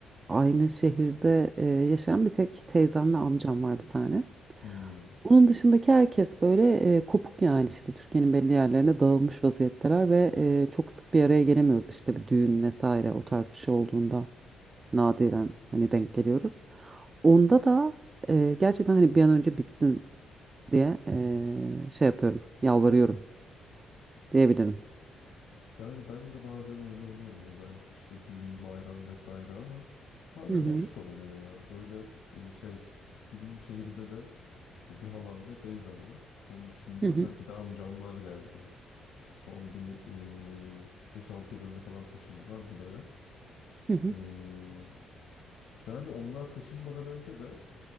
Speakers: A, on the right; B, on the left.
A: aynı şehirde e, yaşayan bir tek teyzem ve amcam var bir tane.
B: Hmm.
A: Onun dışındaki herkes böyle e, kopuk yani işte Türkiye'nin belli yerlerine dağılmış vaziyetteler ve e, çok sık bir araya gelemiyoruz işte bir düğün vesaire o tarz bir şey olduğunda nadiren hani denk geliyoruz. Onda da e, gerçekten hani bir an önce bitsin diye e, şey yapıyorum yalvarıyorum diyebilirim.
B: Yani ben de bazen öyle oluyorum özellikle işte düğün, bayram vesaire ama bazen
A: Hı hı.
B: hoş da oluyor ya. Böyle e, şey bizim şehirde de e, bir halam ve teyzem var. Onun dışında
A: Hı hı.
B: ha, bir de amcamlar geldi. İşte son bir e, 5-6 yıl önce falan taşındılar buraya.
A: Hı hı.
B: E, yani onlar taşınmadan önce de